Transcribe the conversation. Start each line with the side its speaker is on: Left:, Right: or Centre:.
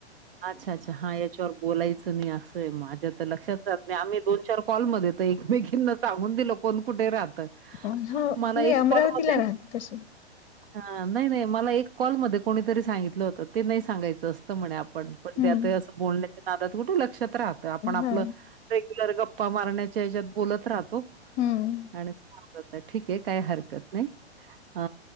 Right: अच्छा, अच्छा हां ह्याच्यावर बोलायचं नाही असय माझ्या तर लक्षात लक्षात नाही आम्ही दोन, चार कॉलमध्ये तर एकमेकींना सांगून दिलं कोण कुठे राहतं?
Left: अं हो
Right: मला
Left: मी
Right: एक
Left: अमरावतीला
Right: कॉलमध्ये
Left: राहतो तशी.
Right: हां नाही, नाही मला एक कॉलमध्ये कोणीतरी सांगितलं होतं, ते नाही सांगायचं असतं म्हणे पण, पण
Left: हम्म
Right: त्यात असं बोलण्याच्या नादात कुठं लक्षात राहत आपण आपलं
Left: ह
Right: रेग्युलर गप्पा मारण्याच्या हच्यात बोलत राहतो
Left: हम्म
Right: आणि तर ठीक आहे काय हरकत नाही, अ